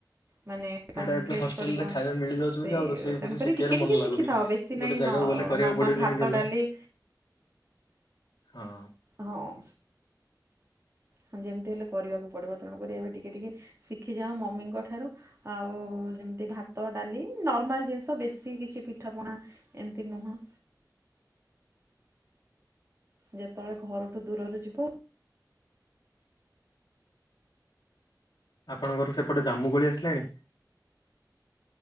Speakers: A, on the right; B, on the left.
A: ମାନେ
B: ସେଇଟା
A: ତମେ
B: ଏବେ
A: ଫେସ୍
B: ହଷ୍ଟେଲରେ
A: କରିବ।
B: ଖାଇବା ମିଳିଯାଉଛି ବୋଲି
A: ସେ
B: ଆଉ ରୋଷେଇ ଫୋଷେଇ
A: ତେଣୁକରି
B: ଶିଖିବାରେ
A: ଟିକେ
B: ମନ
A: ଟିକେ
B: ଲାଗୁନି।
A: ଶିଖିଥାଅ। ବେଶୀ
B: ଗୋଟେ
A: ନାଇଁ
B: ଜାଗାକୁ
A: ନର୍ମାଲ
B: ଗଲେ କରିବାକୁ ପଡିବ ଯେମିତି
A: ଭାତ
B: ହେଲେ
A: ଡାଲି
B: ହଁ।
A: ହଁ। ହଁ ଯେମିତି ହେଲେ କରିବାକୁ ପଡ଼ିବ। ତେଣୁ କରି ଏବେ ଟିକେ ଟିକେ ଶିଖିଯାଓ ମମିଙ୍କ ଠାରୁ। ଆଉ ଯେମିତି ଭାତ ଡାଲି ନର୍ମାଲ ଜିନିଷ ବେଶୀ କିଛି ପିଠାପଣା ଏମତି ନୁହଁ। ଯେତେବେଳେ ଘରଠୁ ଦୂରରେ ଯିବ
B: ଆପଣଙ୍କର ସେପଟେ ଜାମ୍ମୁକୋଳି ଆସିଲାଣି?